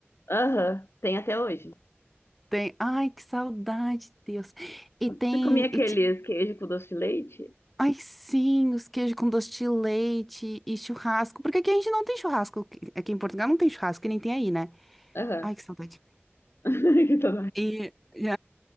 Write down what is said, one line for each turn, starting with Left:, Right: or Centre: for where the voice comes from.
Left: Aham, tem até hoje.
Centre: Tem, ai, que saudade, Deus. E
Left: Você
Centre: tem,
Left: comia aqueles
Centre: e ti-
Left: queijo com doce de leite?
Centre: Ai, sim, os queijos com doce de leite e churrasco. Porque aqui a gente não tem churrasco. Aqui em Portugal não tem churrasco, que nem tem aí, né?
Left: Aham.
Centre: Ai, que saudade.
Left: <laughs> Que tá
Centre: E, <laughs>